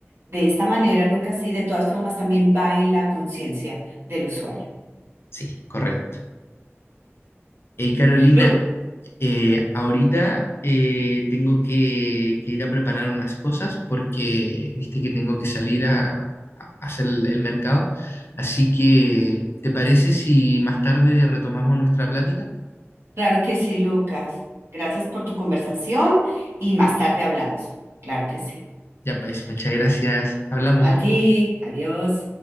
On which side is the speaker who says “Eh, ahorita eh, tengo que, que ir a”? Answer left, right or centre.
Left